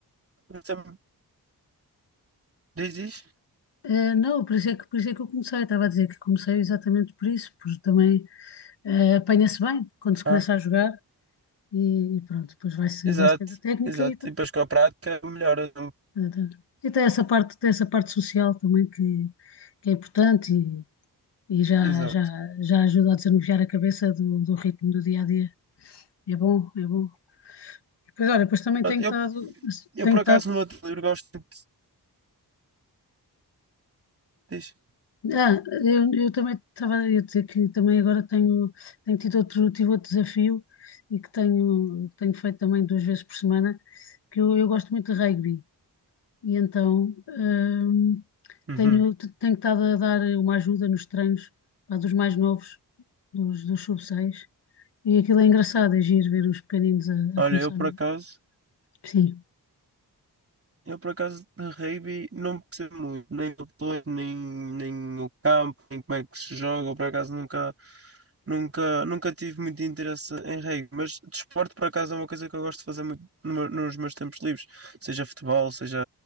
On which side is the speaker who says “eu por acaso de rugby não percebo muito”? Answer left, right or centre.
Right